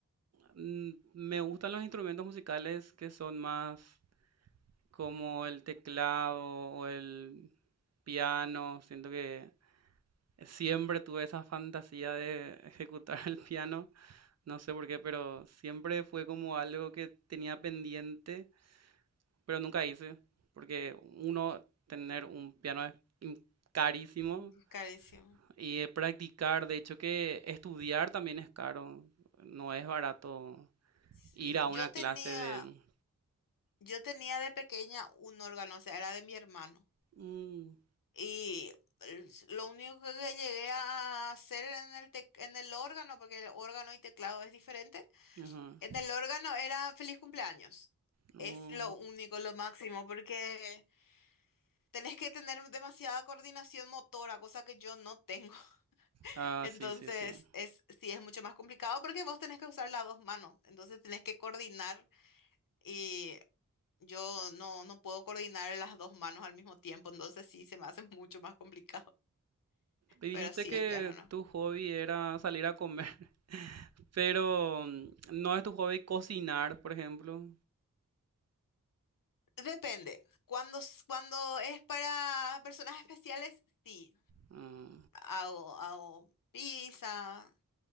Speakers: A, on the right; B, on the left.
A: mm, me gustan los instrumentos musicales que son más como el teclado o el piano, siento que... Siempre tuve esa fantasía de <laughs> ejecutar el piano, no sé por qué, pero siempre fue como algo que tenía pendiente, pero nunca hice, porque uno, tener un piano es im- carísimo
B: Ujú. carísimo.
A: y eh, practicar, de hecho que estudiar también es caro, no es barato
B: Sí,
A: ir a una
B: yo
A: clase
B: tenía,
A: de...
B: yo tenía de pequeña un órgano, o sea, era de mi hermano.
A: Mm,
B: Y el- lo único que llegué a hacer en el, tec- en el órgano, porque el órgano y teclado es diferente,
A: ajá,
B: En el órgano era feliz cumpleaños.
A: mm.
B: Es lo único, lo máximo, porque tenés que tener demasiada coordinación motora, cosa que yo no tengo. <laughs>
A: Ah,
B: Entonces,
A: sí, sí, sí.
B: es, sí, es mucho más complicado porque vos tenés que usar las dos manos. Entonces, tenés que coordinar y yo no, no puedo coordinar las dos manos al mismo tiempo. Entonces, sí, se me hace <laughs> mucho más complicado.
A: Y dijiste
B: Pero sí,
A: que
B: el piano no.
A: tu hobby era salir a comer. Pero, mm, ¿no es tu hobby cocinar, por ejemplo?
B: Depende. Cuando, s- cuando es para personas especiales, sí.
A: Ah,
B: Hago, hago pizza,